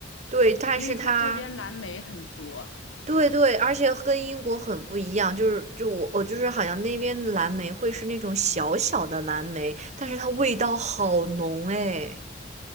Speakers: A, on the right; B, on the left.
A: 对，但是它
B: 因为它这边蓝莓很多，
A: 对对，
B: 嗯，
A: 而且跟英国很不一样，就是就我我就是好像那边的蓝莓会是那种小小的蓝莓，但是它味道好浓哎。